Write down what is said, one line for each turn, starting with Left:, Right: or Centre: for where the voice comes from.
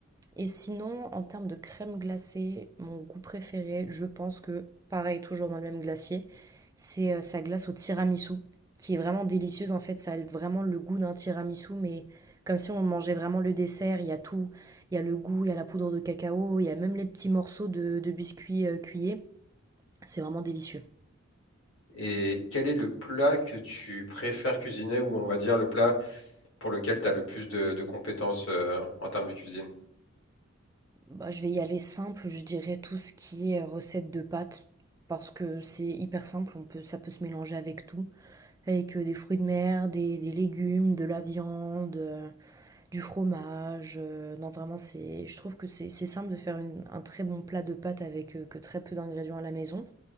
Right: Et sinon, en termes de crème glacée, mon goût préféré, je pense que, pareil, toujours dans le même glacier, c'est euh, sa glace au tiramisu, qui est vraiment délicieuse. En fait, ça a vraiment le goût d'un tiramisu, mais comme si on mangeait vraiment le dessert. Il y a tout. Il y a le goût, il y a la poudre de cacao, il y a même les petits morceaux de, de biscuits euh, cuillés. C'est vraiment délicieux.
Left: Et quel est le plat que tu préfères cuisiner ou on va dire le plat pour lequel tu as le plus de, de compétences euh, en termes de cuisine?
Right: Bah, je vais y aller simple, je dirais tout ce qui est recette de pâtes, parce que c'est hyper simple, on peut, ça peut se mélanger avec tout. avec euh, des fruits de mer, des, des légumes, de la viande, euh, du fromage. euh, non, vraiment, c'est, je trouve que c'est c'est simple de faire une- un très bon plat de pâtes avec euh, que très peu d'ingrédients à la maison.